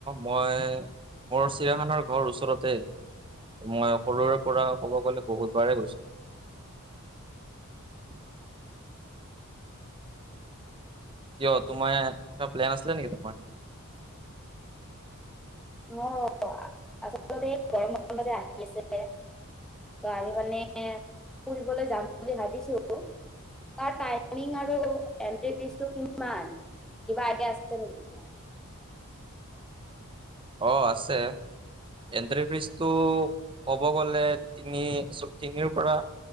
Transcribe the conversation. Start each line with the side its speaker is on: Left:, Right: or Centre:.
Right: মই মোৰ চিৰিয়াখানাৰ ঘৰ ওচৰতে মই সৰুৰে পৰা ক'ব গ'লে বহুতবাৰে গৈছো। কিয় তোমাৰ এটা প্লেন আছিলে নেকি তোমাৰ?
Centre: অ আচলতে এইৰ ব আহিছে ত আমি মানে ফুৰিবলৈ যাম বুলি ভাবিছো তাৰ টাইমিং আৰু এনটি ফিছটোকিমান কিবা আইডিয়া আছে নেকি তোমা
Right: অঁ আছে এন্ট্ৰি ফিজটো ক'ব গ'লে তিনি তিনিৰ পৰা